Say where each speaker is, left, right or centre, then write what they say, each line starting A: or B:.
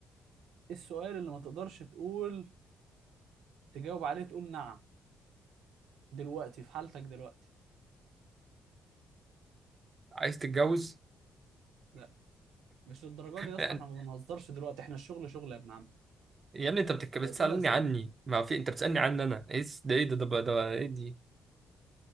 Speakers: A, on the right (about 85°); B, on the right (about 35°).
A: السؤال اللي ما تقدرش تقول تجاوب عليه تقول نعم دلوقتي في حالتك دلوقتي
B: عايز تتجوز
A: لا مش للدرجة دي يا اسطى
B: يعني-
A: احنا ما بنهزرش دلوقتي احنا الشغل شغل يا ابن عم
B: يا ابني انت بتك... بتسألني
A: الأسئلة أسئلة
B: عني ما في انت بتسألني عني انا ايه الس- ده ايه ده ده, ده ايه دي